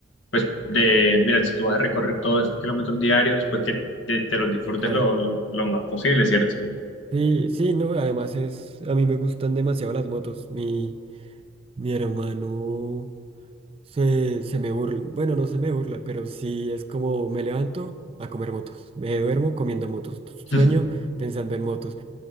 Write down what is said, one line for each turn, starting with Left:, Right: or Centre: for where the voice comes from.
Left: pues de, mira, si tú vas a recorrer todos esos kilómetros diarios, pues que te, te los disfrutes
Right: tal cual.
Left: lo, lo, lo más posible, ¿cierto?
Right: Sí, sí, no, además es, a mí me gustan demasiado las motos. Mi, mi hermano se, se me burla, bueno, no se me burla, pero sí es como me levanto a comer motos, me duermo comiendo motos, sueño
Left: <laughs>
Right: pensando en motos.